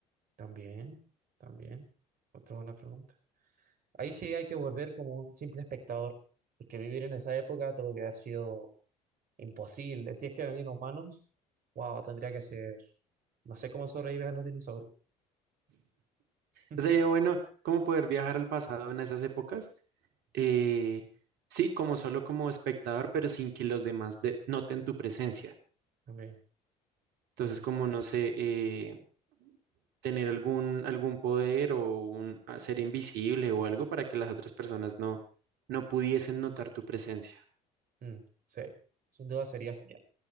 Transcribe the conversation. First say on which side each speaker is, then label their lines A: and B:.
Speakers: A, on the right; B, on the right.
A: También, también, otra buena pregunta. Ahí sí hay que volver como un simple espectador, porque vivir en esa época todo que ha sido imposible. Si es que habían humanos, wow, tendría que ser. No sé cómo sobrevives a los dinosaurios. <laughs>
B: Sería bueno como poder viajar al pasado en esas épocas. eh, sí, como solo como espectador, pero sin que los demás de- noten tu presencia.
A: También,
B: Entonces,
A: también.
B: como no sé, eh, tener algún, algún poder o un, a ser invisible o algo para que las otras personas no, no pudiesen notar tu presencia.
A: Mm, sí, sin duda sería genial.